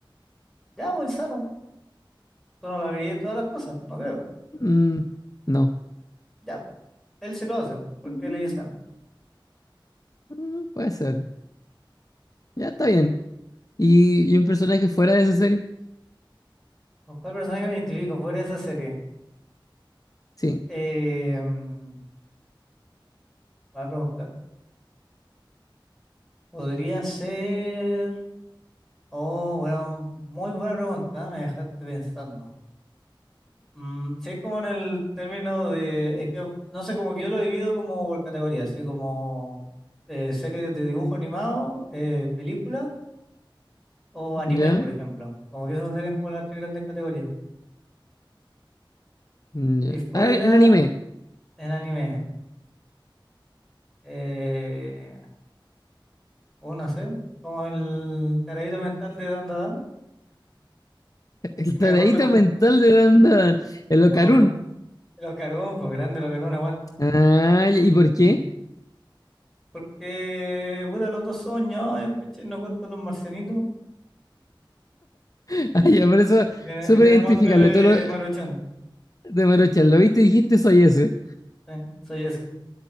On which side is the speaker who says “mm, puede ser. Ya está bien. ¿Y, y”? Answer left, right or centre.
Left